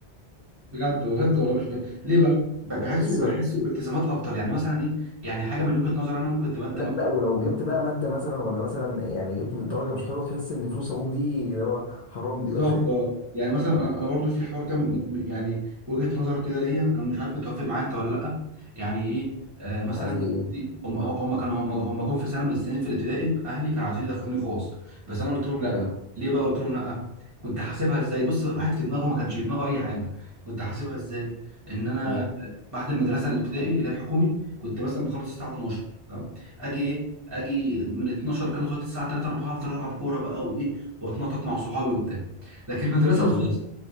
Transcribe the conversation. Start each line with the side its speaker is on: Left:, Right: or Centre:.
Right: بجد بجد والله مش ب... ليه بقى ب- بحسه
Left: تحس
Right: بحسه التزامات اكتر يعني مثلا ايه يعني حاجه من وجهه نظر انا ممكن تبقى انت
Left: لا لا ولو جبت بقى ماده مثلا ولا مثلا يعني جبت درجه مش حلوه تحس ان فلوس ابوك دي اللي هو حرام
Right: بالظبط
Left: دي ولا
Right: اه يعني مثلا انا انا برضو في حوار كده من- من- يعني وجهة نظر كده ليا انا مش عارف متوافق معايا انت ولا لا يعني ايه آه مثلا
Left: <laughs> زي
Right: دلوقتي
Left: ايه
Right: هم هم كانوا هم هم جم في سنه من السنين في الابتدائي اهلي كانوا عايزين يدخلوني خاص بس انا قلت لهم لا
Left: حلو
Right: ليه بقى قلت لهم لا كنت حاسبها ازاي بص بقى الواحد في دماغه ما كانش في دماغه اي حاجه كنت حاسبها ازاي ان انا
Left: ايه
Right: آه، بعد المدرسه الابتدائي اللي هي الحكومي كنت مثلا بخلص الساعه 12 تمام اجي ايه اجي من 12 كده لغايه الساعه 3 4 افضل العب كوره بقى وايه واتنطط مع صحابي وبتاع لكن المدرسه
Left: حلو
Right: الخاصه
Left: جدا